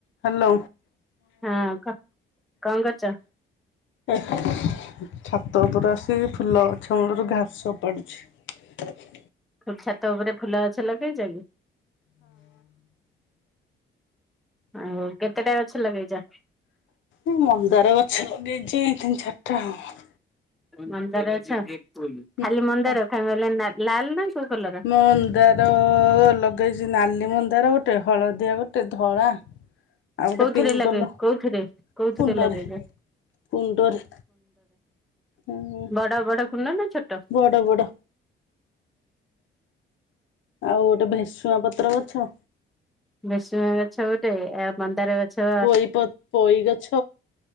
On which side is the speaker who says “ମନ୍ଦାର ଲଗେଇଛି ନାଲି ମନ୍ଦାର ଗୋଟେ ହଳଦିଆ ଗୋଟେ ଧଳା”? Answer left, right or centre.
Left